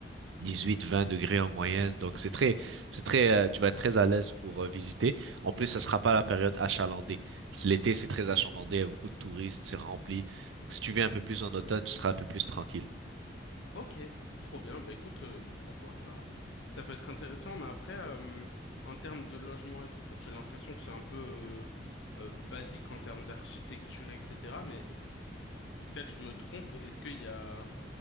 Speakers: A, on the right (about 85°); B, on the left (about 75°).
A: dix-huit vingt degrés en moyenne. Donc c'est très, c'est très, euh, tu vas être très à l'aise pour euh, visiter. En plus, ça sera pas la période achalandée. C'est- L'été, c'est très achalandé, il y a beaucoup de touristes, c'est rempli. Donc si tu viens un peu plus en automne, tu seras un peu plus tranquille.
B: Ok, trop bien. Bah écoute, euh, pourquoi pas? Ça peut être intéressant, mais après, euh, en termes de logement et tout, bon, j'ai l'impression que c'est un peu euh, euh, basique en termes d'architecture, etc. Mais, ou peut-être je me trompe, est-ce qu'il y a